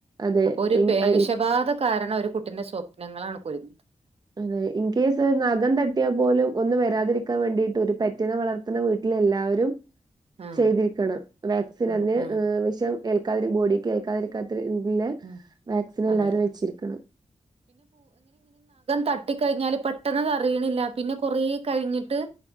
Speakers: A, on the right (about 35°); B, on the right (about 55°).
A: അതെ
B: അപ്പൊ ഒരു
A: ഇൻ-
B: പേവിഷബാധ
A: ഐ-
B: കാരണം ഒരു കുട്ടിന്റെ സ്വപ്നങ്ങളാണ് കുരുഞ്ഞത് <unintelligible>
A: അതെ ഇൻകേസ് നഖം തട്ടിയാൽ പോലും ഒന്ന് വരാതിരിക്കാൻ വേണ്ടിട്ട് ഒരു പെറ്റിനെ വളർത്തുന്ന വീട്ടിൽ എല്ലാവരും
B: ആഹ്
A: ചെയ്തിരിക്കണം വാക്സിൻ
B: ആഹ്
A: അതിന്
B: ആഹ്
A: വിശം കേൾക്കാതും കൂടി കേക്കാതെരിക്കാ എങ്കിലെ
B: ആഹ്
A: വാക്സിൻ എല്ലാരും
B: അതെ
A: വെച്ചിരിക്കണം.
B: തട്ടി കഴിഞ്ഞാല് പെട്ടെന്ന് അറിയണില്ല പിന്നെ കൊറേ കഴിഞ്ഞിട്ട്